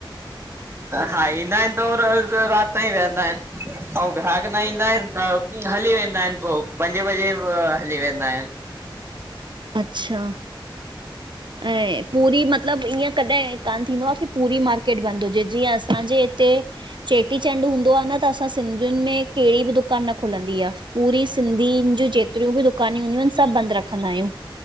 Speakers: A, on the right; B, on the right.
A: हा, ईंदा आहिनि त हो रात ताईं विहंदा आहिन। अंउ ग्राहक न ईंदा आहिन त हली वेंदा आहिन पो, पंजे बजे हली वेंदा आहिन।
B: अच्छा, ऐं पूरी मतलब ईअं कॾहिं ईअं कान थींदो आ की पूरी मार्केट बंद हुजे जीअं असांजे हिते चेटीचंड हूंदो आ न, त असां सि्धियुन में कहड़ी बि दुकान न खुलंदी आ। पूरी सिंधियुन जूं जेतरियूं बि दुकान्यूं हूंदियूं आहिन सभ बंद रखंदा आहियूं।